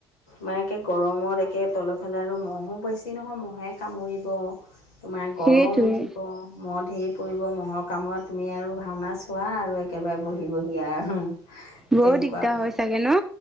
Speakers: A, on the left; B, in the centre.
A: মানে একে গৰমত একে তলৰফালে আৰু মহো বেছি নহয় মহে কামুৰিব। তোমাৰ
B: সেইটোৱে
A: গৰম উঠিব মহ ধেই পৰিব মহ'ৰ কামোৰত তুমি আৰু ভাওনা চোৱা আৰু একেবাৰে বহি বহি আৰু।
B: বৰ
A: তেনেকুৱা
B: দিগদাৰ
A: হ'ব
B: হয় চাগে ন?